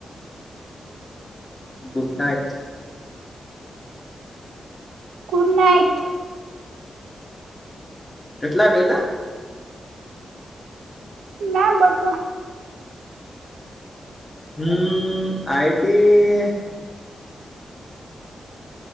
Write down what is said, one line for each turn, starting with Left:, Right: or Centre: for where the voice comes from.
Left: ગુડનાઇટ.
Right: ગુડનાઈટ.
Left: એટલા વેલા?
Right: ના બકા.
Left: હમ્મ આઈટી